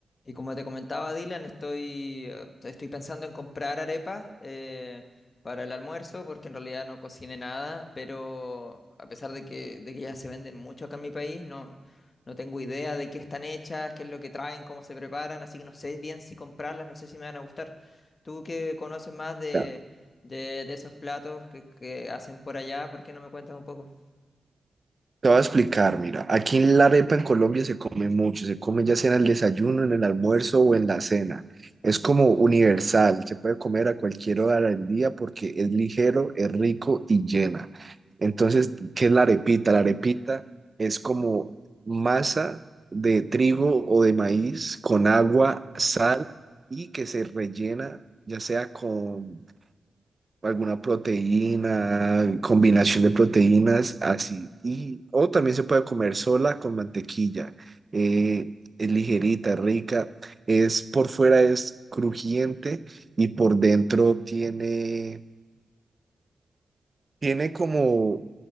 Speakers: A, on the left (about 50°); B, on the right (about 35°).
A: Y como te comentaba Dylan, estoy, eh, estoy pensando en comprar arepas eh, para el almuerzo, porque en realidad no cociné nada, pero a pesar de que, de que ya se venden mucho acá en mi país, no, no tengo idea de qué están hechas, qué es lo que traen, cómo se preparan, así que no sé bien si comprarlas, no sé si me van a gustar. Tú que conoces más de,
B: Ya,
A: de, de esos platos que, que hacen por allá, ¿por qué no me cuentas un poco?
B: Te voy a explicar, mira, aquí en la arepa en Colombia se come mucho, se come ya sea en el desayuno, en el almuerzo o en la cena. Es como universal, se puede comer a cualquier hora del día porque es ligero, es rico y llena. Entonces, ¿qué es la arepita? La arepita es como masa de trigo o de maíz con agua, sal y que se rellena ya sea con alguna proteína, combinación de proteínas, así. Y, o también se puede comer sola con mantequilla. Eh, es ligerita, rica. Es por fuera es crujiente y por dentro tiene, <clears throat> tiene como